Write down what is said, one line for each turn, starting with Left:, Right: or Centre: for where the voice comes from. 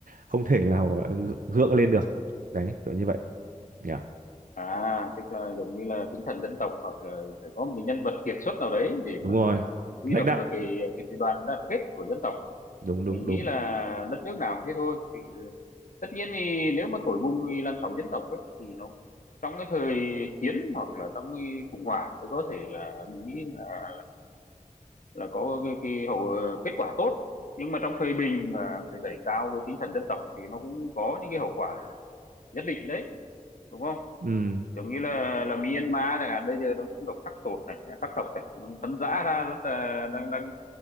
Right: không thể nào gượng lên được đấy kiểu như vậy nhỉ
Left: à tức là giống như là tinh thần dân tộc hoặc là phải có một cái nhân vật kiệt xuất nào đấy để
Right: đúng
Left: mà
Right: rồi
Left: huy
Right: lãnh
Left: động
Right: đạo
Left: được cái cái, cái đoàn đoàn kết của dân tộc
Right: đúng đúng
Left: mình
Right: đúng
Left: nghĩ là đất nước nào cũng thế thôi Thì tất nhiên thì nếu mà thổi bùng thì làn sóng dân tộc ấy, thì nó trong cái thời chiến hoặc là trong cái khủng hoảng thì có thể là mình nghĩ là, là có cái, cái hậu ờ, kết quả tốt nhưng mà trong thời bình mà cái đẩy cao cái tinh thần dân tộc thì nó cũng có những cái hậu quả nhất định đấy đúng không
Right: ừ
Left: giống như là là Myanmar chẳng hạn bây giờ nó cũng độc khắc tột này khắc tộc này nó tấn dã ra rất là đang đang